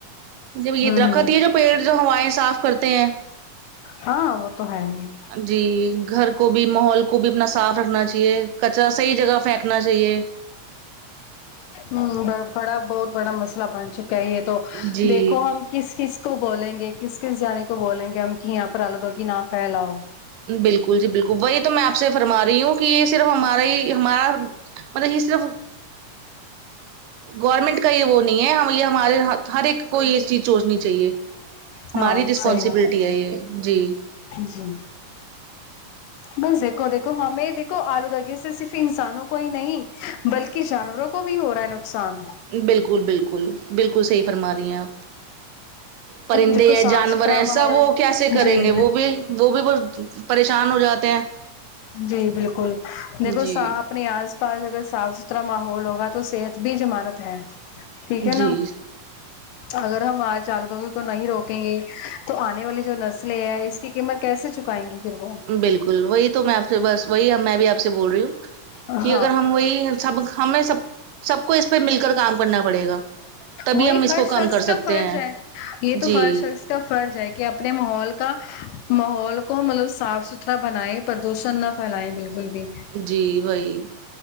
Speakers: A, on the right; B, on the left.
A: جب یہ
B: ہوں
A: درخت
B: ہوں
A: ہی ہے جو پیڑ جو ہوائیں صاف کرتے ہیں
B: ہاں وہ تو ہے ہی
A: جی گھر کو بھی ماحول کو بھی اپنا صاف رکھنا چاہیے کچرا صحیح جگہ پھینکنا چاہیے
B: ہوں بڑ بڑا بہت بڑا مسئلہ بن چکا ہے یہ تو
A: جی
B: دیکھو ہم کس کس کو بولیں گے کس کس جنے کو بولیں گے ہم کی یہاں پر آلودگی نہ پھیلاؤ
A: بالکل جی بالکل وہی تو میں آپ سے فرما رہی ہوں کہ یہ صرف ہمارا ہی ہمارا مطلب یہ صرف گورنمنٹ کا ہی یہ وہ نہیں ہے یہ ہم ہمارے ہر ہر ایک کو یہ چیز سوچنی چاہیے ہماری
B: ہاں
A: رسپانسبلٹی
B: صحیح بات
A: ہے یہ جی
B: جی بس دیکھو دیکھو ہمیں دیکھو آلودگی سے صرف انسانوں کو ہی نہیں بلکہ جانوروں کو بھی ہو رہا ہے نقصان
A: بالکل بالکل بالکل صحیح فرما رہی ہیں آپ پرندے
B: دیکھو
A: ہیں
B: صاف
A: جانور
B: ستھرا
A: ہیں
B: ماحول
A: سب وہ کیسے کریں
B: جی
A: گے وہ بھی وہ بھی بہت پریشان ہو جاتے ہیں
B: جی بالکل دیکھو
A: جی
B: ساپ اپنے آس پاس اگر صاف ستھرا ماحول ہوگا تو صحت بھی جمانت ہے ٹھیک ہے نا
A: جی
B: اگر ہم آج الودگی کو نہیں روکیں گے تو آنے والی جو نسلیں ہے اس ٹھیکمر کیسے چکائیں گی پھر وہ
A: بالکل وہی تو میں آپ سے بس وہی میں بھی آپ سے بول رہی ہوں
B: ہاں
A: کہ اگر ہم وہی سب ہمیں سب سب کو اس پہ مل کر کام کرنا پڑے گا تبھی
B: وہی
A: ہم اس
B: ہر
A: کو
B: شخص
A: کم کر سکتے
B: کا فرض
A: ہیں
B: ہے یہ تو
A: جی
B: ہر شخص اس کا فرض ہے کہ اپنے ماحول کا ماحول کو مطلب صاف ستھرا بنائے پردوشن نہ پھیلیں بالکل بھی
A: جی وہی